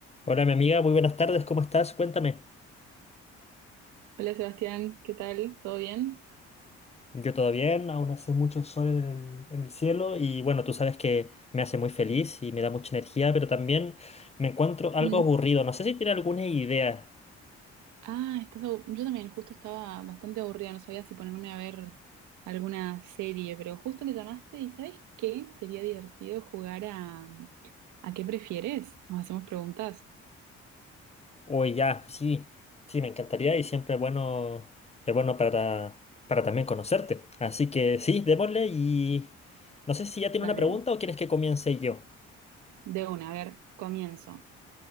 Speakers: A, on the left; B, on the right.
A: Hola, mi amiga, muy buenas tardes, ¿cómo estás? Cuéntame.
B: Hola Sebastián, ¿qué tal? ¿Todo bien?
A: Yo todo bien, aún hace mucho sol en el, en el cielo y bueno, tú sabes que me hace muy feliz y me da mucha energía, pero también me encuentro algo
B: Mm.
A: aburrido. No sé si tiene alguna idea.
B: Ah, estás abu- yo también, justo estaba bastante aburrida, no sabía si ponerme a ver alguna serie, pero justo me llamaste y ¿sabes qué? Sería divertido jugar a ¿a qué prefieres? Nos hacemos preguntas.
A: O ya, sí, sí, me encantaría y siempre es bueno, es bueno para, para también conocerte. Así que sí, démosle y no sé si ya tiene
B: Dale.
A: una pregunta o quieres que comience yo.
B: De una, a ver, comienzo.